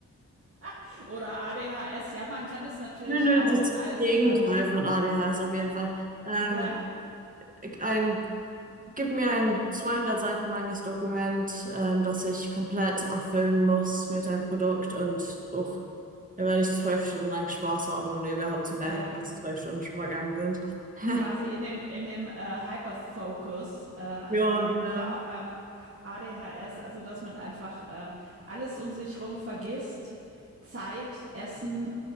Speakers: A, on the right (about 45°); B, on the right (about 25°).
A: <laughs> oder ADHS. Ja, man kann das natürlich
B: Nö, nö,
A: auch
B: das
A: als
B: Gegenteil
A: äh,
B: von ADHS auf jeden Fall. Ähm,
A: ja,
B: ein Gib mir ein 200 Seiten langes Dokument, ähm, das ich komplett erfüllen muss mit einem Produkt und uch, da werde ich zwölf Stunden lang Spaß haben, ohne überhaupt zu merken,
A: ja,
B: dass zwölf Stunden schon vergangen sind. <laughs>
A: quasi in dem, in dem äh, Hyperfocus, äh, also
B: Ja,
A: den
B: genau.
A: gibt's ja auch beim ADHS, also dass man einfach äh, alles um sich rum vergisst, Zeit, Essen,